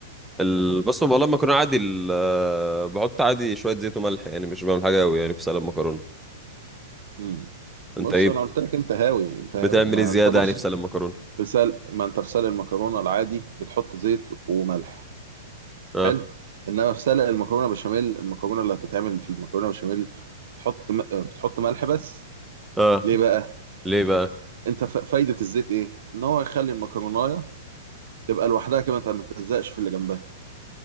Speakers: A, in the centre; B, on the right.
A: ال... بص والله المكرونه عادي ال... آه، بحط عادي شويه زيت وملح يعني مش بعمل حاجه قوي يعني في سلق المكرونه
B: امم بص
A: انت ايه
B: انا قلت لك انت هاوي انت هاوي
A: بتعمل
B: ما
A: ايه زياده
B: انت بص
A: يعني في سلق المكرونه
B: في سلق ما انت في سلق المكرونه العادي بتحط زيت وملح
A: اه
B: حلو انما في سلق المكرونه بشاميل المكرونه اللي هتتعمل في المكرونه بشاميل بتحط م- بتحط ملح بس
A: اه
B: ليه بقى
A: ليه بقى
B: انت ف- فايدة الزيت ايه؟ ان هو يخلي المكرونايه تبقى لوحدها كده انت ما تلزقش في اللي جنبها